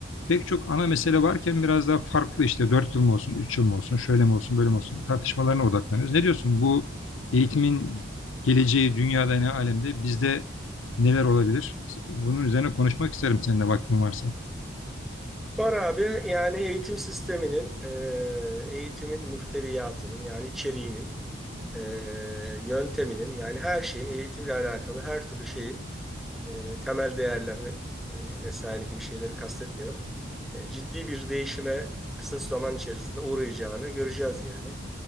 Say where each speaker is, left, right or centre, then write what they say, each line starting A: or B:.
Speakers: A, on the left; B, in the centre.
A: pek çok ana mesele varken biraz daha farklı işte dört yıl mı olsun, üç yıl mı olsun, şöyle mi olsun, böyle mi olsun tartışmalarına odaklanıyoruz. Ne diyorsun bu eğitimin geleceği dünyada ne alemde bizde neler olabilir? Bunun üzerine konuşmak isterim seninle vaktin varsa.
B: Var abi yani eğitim sisteminin, e, eğitimin muhteviyatının yani içeriğinin, e, yönteminin yani her şeyin eğitimle alakalı her türlü şeyin e, temel değerler ve e, vesaire gibi şeyleri kastetmiyorum. E, ciddi bir değişime kısa zaman içerisinde uğrayacağını göreceğiz yani.